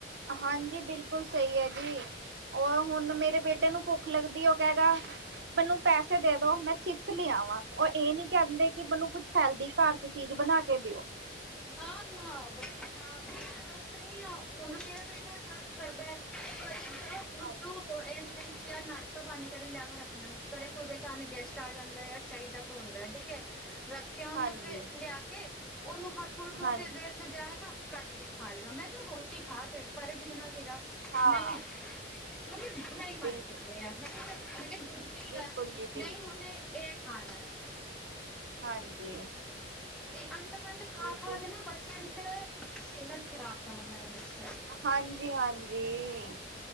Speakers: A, on the right (about 65°); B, in the centre.
A: ਹਾਂਜੀ ਬਿਲਕੁਲ ਸਹੀ ਹੈ ਜੀ ਉਹ ਹੁਣ ਮੇਰੇ ਬੇਟੇ ਨੂੰ ਭੁੱਖ ਲੱਗਦੀ ਉਹ ਕਹਿ ਗਾ ਮੈਨੂੰ ਪੈਸੇ ਦੇ ਦੋ ਮੈਂ ਚਿਪਸ ਲੇ ਆਵਾਂ ਉਹ ਇਹ ਨੀ ਕਹਿੰਦੇ ਕਿ ਮੈਨੂੰ ਕੁੱਛ ਹੈਲਦੀ ਘਰ ਚ ਚੀਜ ਬਣਾ ਕੇ ਦਿਓ
B: ਨਾ ਨਾ <unintelligible> <unintelligible>
A: ਹਾਂਜ
B: ਉਹ ਇਹ ਨੀਂ ਕੀ ਨਾਸ਼ਤਾ ਪਾਣੀ ਘਰੇ ਲਿਆ ਕੇ ਰੱਖਣਾ ਏ ਘਰੇ ਕੋਈ ਅਚਾਨਕ ਗੈਸਟ ਆ ਜਾਣਦੈ ਚਾਹੀਦਾ ਤੁਹਾਡਾ ਠੀਕ ਹੈ ਰੱਖਿਆ ਹੁੰਦਾਂ
A: ਹਾਂਜੀ
B: ਫਿਰ ਲਿਆ ਕੇ ਉਹਨੂੰ ਹਰ <unintelligible> ਮੈਂ
A: ਹਾਂ
B: <unintelligible> ਤਾਂ ਕੱਢ ਕੇ ਖਾ ਲਵਾਂ ਮੈਂ ਤੇ ਰੋਟੀ ਖਾ ਢਿੱਡ ਭਾਰੇ ਜਿਹਦੇ ਨਾਲ ਤੇਰਾ
A: ਹਾਂ
B: ਨਹੀਂ <unintelligible> ਨਹੀਂ ਮੰਨ
A: ਬਿਲਕੁਲ
B: ਕਰ ਰਿਆ <unintelligible> ਕੀ
A: ਬਿਲਕੁਲ
B: ਐ
A: ਜੀ ਬਿਲਕੁਲ
B: ਨਹੀਂ ਹੁਣੇ ਇਹ ਖਾਣੈ
A: ਹਾਂਜੀ
B: ਇਹ ਅੰਟ ਸੰਟ ਖਾ
A: ਇਹ
B: ਖਾ
A: ਤੇ
B: ਕੇ ਨਾ <unintelligible> ਸਿਹਤ ਖ਼ਰਾਬ ਕਰਨਾ ਇਹਨਾਂ ਨੇ
A: ਹਾਂਜੀ ਹਾਂਜੀ